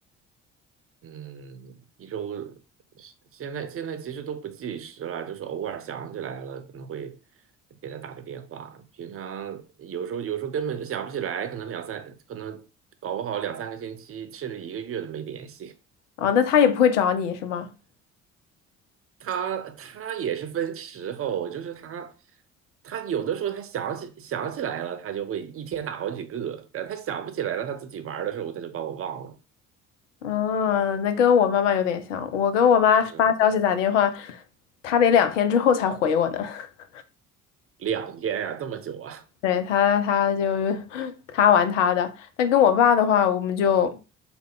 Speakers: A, on the right; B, on the left.
A: 嗯，一周现在现在其实都不计时了，就是偶尔想起来了，可能会给他打个电话。平常有时候有时候根本就想不起来，可能两三可能搞不好两三个星期甚至一个月都没联系。
B: 啊，那他也不会找你是吗？
A: 他他也是分时候，就是他他有的时候他想起想起来了，他就会一天打好几个，然后他想不起来了，他自己玩儿的时候他就把我忘了。
B: 嗯，那跟我妈妈有点像，我跟我妈发消息打电话，
A: 是
B: 她得两天之后才回我呢。<laughs>
A: 两天呀、这么久啊？
B: 对，他，他就 <laughs> 他玩他的，但跟我爸的话，我们就，